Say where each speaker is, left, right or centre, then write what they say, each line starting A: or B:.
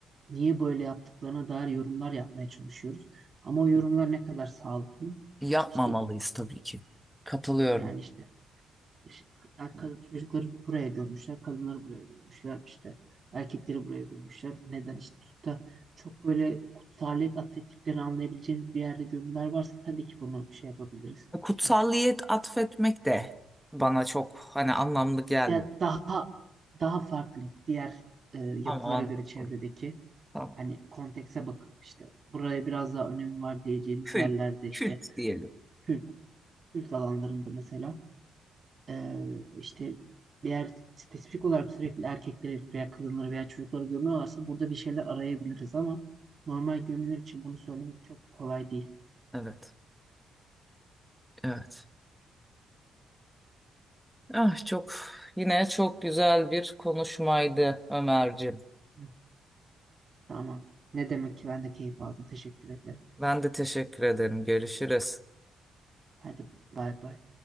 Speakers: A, on the right; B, in the centre.
A: niye böyle yaptıklarına dair yorumlar yapmaya çalışıyoruz. Ama o yorumlar ne kadar sağlıklı?
B: Yapmamalıyız
A: İşte
B: tabii ki. Katılıyorum.
A: yani işte, işte kad- çocukları buraya gömmüşler, kadınları buraya gömmüşler, işte erkekleri buraya gömmüşler. Neden işte tutup da çok böyle kutsaliyet atfettiklerini anlayabileceğimiz bir yerde gömüler varsa tabii ki bunu şey yapabiliriz.
B: Kutsalliyet
A: İşte
B: atfetmek de bana çok hani anlamlı gelmiyor.
A: Ya daha daha farklı diğer e, yapılara
B: Ama anladım.
A: göre çevredeki
B: Tamam.
A: hani kontekse bakıp işte buraya biraz daha önemi var diyeceğimiz
B: Kült,
A: yerlerde işte
B: kült diyelim.
A: Kürt, Kürt alanlarında mesela e, işte bir yer spesifik olarak sürekli erkekleri veya kadınları veya çocukları gömüyorlarsa burada bir şeyler arayabiliriz ama normal gömüler için bunu söylemek çok kolay değil.
B: Evet, evet. Ah çok yine çok güzel bir konuşmaydı Ömerciğim.
A: Hı, tamam. Ne demek ki ben de keyif aldım. Teşekkür ederim.
B: Ben de teşekkür ederim. Görüşürüz.
A: Hadi bay bay.